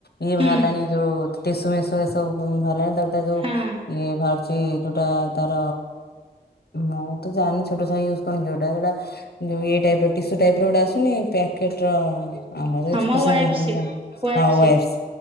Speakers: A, on the left; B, on the right.
A: ଇଏ
B: ହୁଁ
A: ବାହାରିଲାଣି ଯୋଉ ଟିସୁ ମିସୁ ଏ ସବୁ ଭହାରିଲାଣି। ଟା ଯୋଉ
B: ହଁ
A: ଇଏ ବାହାରୁଛି ଯୋଉଟା ତାର ମୁଁ ତ ଜାଣିନି ଛୋଟ ଛୁଆ ୟୁଜ କରନି ଯୋଉଟା ଯଉ ଇଏ ଟାଇପର ଟିସୁ ଟାଇପର ଗୋଟା ଆସୁନି <unintelligible> କୀଟର ଆମର
B: ହଁ
A: ବି ଛୋଟଛୁଆ
B: ମୋ ୱାଇଫ
A: ନାହାନ୍ତି
B: ସେ
A: ହଁ
B: ୱାଇଫ ସେ
A: ୱାଇପ୍ସ।